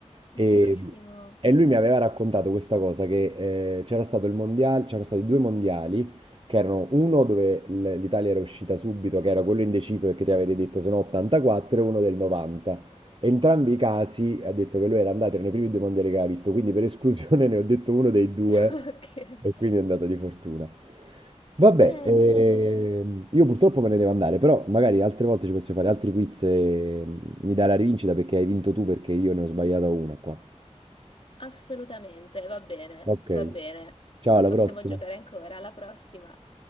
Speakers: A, on the right; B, on the left.
A: E,
B: Bellissimo.
A: e lui mi aveva raccontato questa cosa, che eh, c'era stato il mondiale, c'erano stati due mondiali, che erano uno dove l- l'Italia era uscita subito, che era quello indeciso perché ti avevi detto se no 84, e uno del 90. Entrambi i casi ha detto che lui era andato nei primi due mondiali che aveva visto, quindi per esclusione ne ho detto uno dei due
B: <laughs> Ok,
A: e quindi è andato di fortuna. Vabbè,
B: pensate,
A: ehm, io purtroppo me ne devo andare, però magari altre volte ci possiamo fare altri quiz e mm, mi dai la rivincita perché hai vinto tu perché io ne ho sbagliata una qua.
B: assolutamente, va bene,
A: Ok,
B: va bene.
A: ciao, alla
B: Possiamo
A: prossima.
B: giocare ancora, alla prossima.